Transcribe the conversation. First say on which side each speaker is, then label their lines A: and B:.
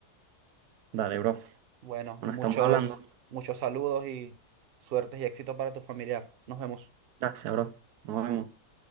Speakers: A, on the right; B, on the right.
A: Dale, bro.
B: Bueno,
A: Bueno,
B: muchos,
A: estamos hablando.
B: muchos saludos y suertes y éxito para tu familiar. Nos vemos.
A: Gracias, bro. Nos vemos.